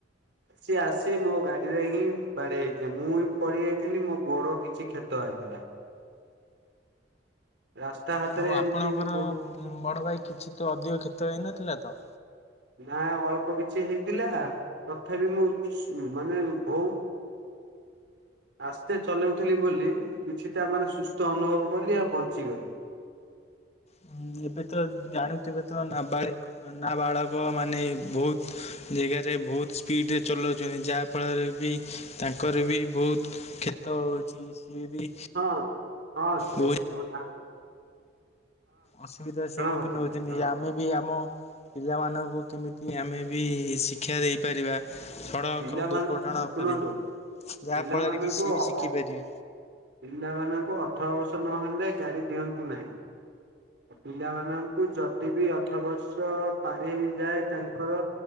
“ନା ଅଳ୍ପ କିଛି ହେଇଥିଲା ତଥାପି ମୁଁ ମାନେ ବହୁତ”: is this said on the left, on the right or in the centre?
Right